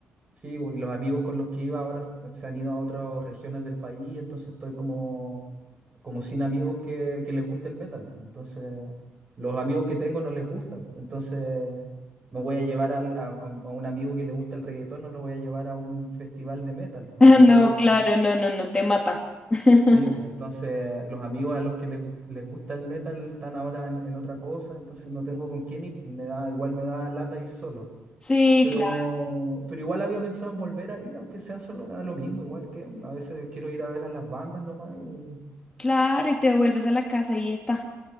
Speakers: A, on the right (about 25°); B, on the left (about 20°).
A: sí, bo- y los amigos con los que iba ahora se han ido a otras regiones del país, entonces estoy como como sin amigos que, que les guste el metal. Entonces, los amigos que tengo no les gusta. Entonces, no voy a llevar al- a, a- a un amigo que le gusta el reggaetón, no lo voy a llevar a un festival de metal. pues.
B: <laughs>
A: Entonces,
B: No, claro, no, no, no, te mata. <laughs>
A: sí, pues, entonces los amigos a los que les, gu- les gusta el metal están ahora en, en otra cosa, entonces no tengo con quién ir. Me da, igual me da lata ir solo.
B: Sí,
A: Pero,
B: claro,
A: pero igual había pensado en volver a ir, aunque sea solo, me da lo mismo, igual que a veces quiero ir a ver a las bandas nomás y
B: claro, y te vuelves a la casa y está.